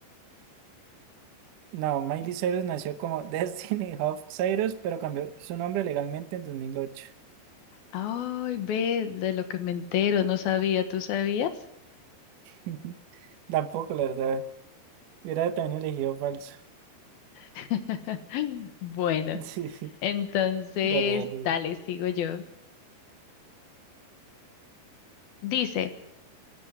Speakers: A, on the right; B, on the left.
A: No, Miley Cyrus nació como <laughs> Destiny Hoff Cyrus, pero cambió su nombre legalmente en dos mil ocho
B: Ay, ve, de lo que me entero, no sabía, ¿tú sabías?
A: <laughs> Tampoco, la verdad. Hubiera también elegido falso.
B: <laughs> Bueno,
A: <laughs> Sí,
B: entonces,
A: dale, dale.
B: dale, sigo yo. Dice,